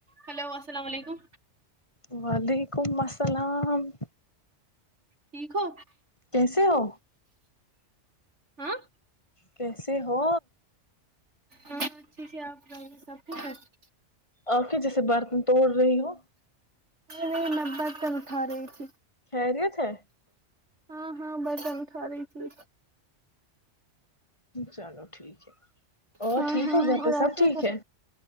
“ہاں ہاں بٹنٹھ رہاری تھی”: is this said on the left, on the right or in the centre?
Right